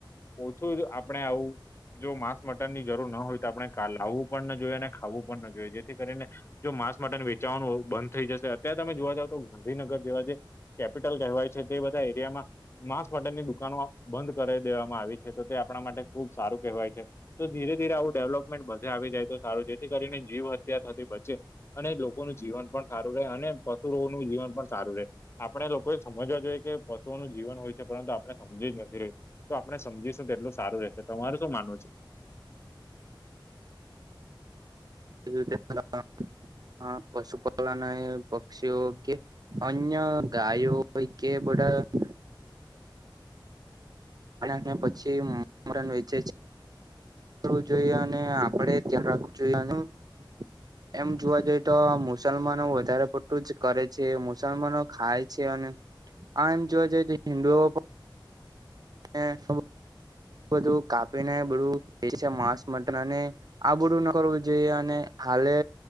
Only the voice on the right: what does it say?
<unintelligible> પશુપાલન એ પક્ષીઓ કે- - અન્ય ગાયોઈ કે બડા- - ના પછી મટન વેચે છે- - કરવું જોઈએ અને આપડે ધ્યાન રાખવું જોઈએ- - એમ જોવા જઈએ તો મુસલમાનો વધારે પડતું જ કરે છે મુસલમાનો- - ખાય છે અને આ એમ જોવા જઈએ તો હિન્દુઓ પણ- - એ નુ. બધું કાપીને બધું એ છે માંસ મટર અને- - આ બધું ન કરવું જોઈએ અને હાલે